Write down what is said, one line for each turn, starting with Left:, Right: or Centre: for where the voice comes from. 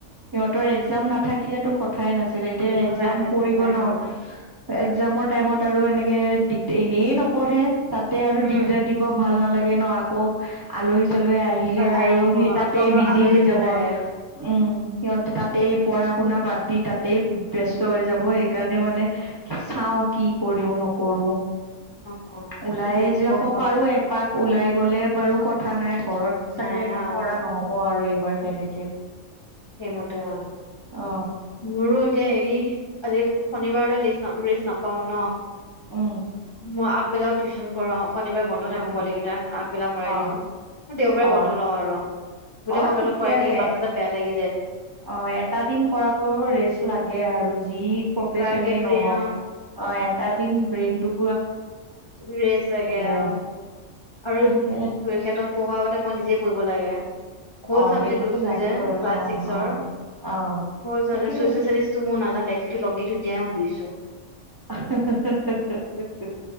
Right: সিহঁতৰ একজাম নাথাকিলেতো কথাই নাছিল আছিলে এতিয়া
Left: কথা
Right: একজাম
Left: নাছিলে
Right: পৰি গ'ল ন
Left: অ
Right: একজামৰ টাইমত আৰু এনেকে দিগদি এনেই নপঢ়ে। তাতে আৰু
Left: উম
Right: দিগদাৰ দিব ভাল নালাগে লাগে ন আকৌ আলহী চালহী আ আহিলে
Left: আহিব
Right: আৰু সেই তাতে
Left: আৰু তোমালোকৰ
Right: বিজি
Left: আলহী
Right: হৈ
Left: বহুত
Right: যাব
Left: আহে
Right: উম সিহঁতে তাতেই পঢ়া-শুনা বাদ দি তাতেই ব্যস্ত হৈ
Left: উম
Right: যাব সেইকাৰণে মানে চাও কি কৰিও নকৰো।
Left: অ
Right: ওলাই যাব
Left: গম পাও
Right: পাৰো একপাক ওলাই গ'লে বাৰু কথা নাই ঘৰত। চাগে
Left: নাই
Right: একো
Left: অ
Right: কৰা নহব আৰু এই হোৱাৰ তেনেকে
Left: সেইমতে অ
Right: অ
Left: মোৰো এতিয়া হেৰি আজি শনিবাৰলৈ লেইছ ৰেইষ্ট নাপাও ন।
Right: উম
Left: ম আ বেলাও টিউচন কৰা। শনিবাৰে বন্ধ থাকে
Right: অ
Left: পোৱালিকেইটাৰ আগবেলা কৰাই
Right: অ
Left: দিওঁ দেওবাৰে
Right: অ
Left: বন্ধ লওঁ আৰু। গোটেই
Right: অ
Left: সপ্তাহটো
Right: ঠিকে
Left: কৰাই
Right: আছে
Left: থাকিম মাথা চাথা বেয়া লাগে। যে
Right: অ এটা দিন কৰাব ৰেষ্ট লাগে আৰু যি প্ৰফেচনে
Left: লাগে ব্ৰেইন
Right: নহওক অ এটা দিন ব্ৰেইনটোক
Left: ৰেচ লাগে অ
Right: আ
Left: আৰু
Right: ঠিকে
Left: সিহতক পঢ়োৱাৰ আগতে মই নিজে পৰিব লাগে। অল
Right: অ
Left: চাবজেক্ট
Right: সেইটোতো
Left: লৈছোঁ
Right: লাগিবই
Left: যে ক্লাছ
Right: অ
Left: ছিক্সৰ।
Right: অ অ
Left: অল চাবজেক্ট
Right: সেইটোতো
Left: চছিয়েল ষ্টাডিচ টো মই নাজানো লেটিটিউদ লঙ্গীটিউদ তেওঁ বুজিছোঁ।
Right: আহ হা হা হা হা হা হা হা